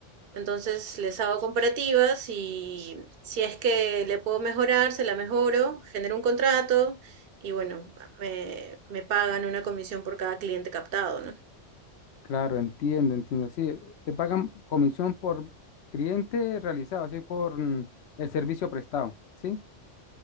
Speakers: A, on the right (about 55°); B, on the left (about 65°).
A: Entonces les hago comparativas y si es que le puedo mejorar, se la mejoro, genero un contrato y bueno, me, me pagan una comisión por cada cliente captado, ¿no?
B: Claro, entiendo, entiendo. Sí, te pagan comisión por cliente realizado, así por mm, el servicio prestado, ¿sí?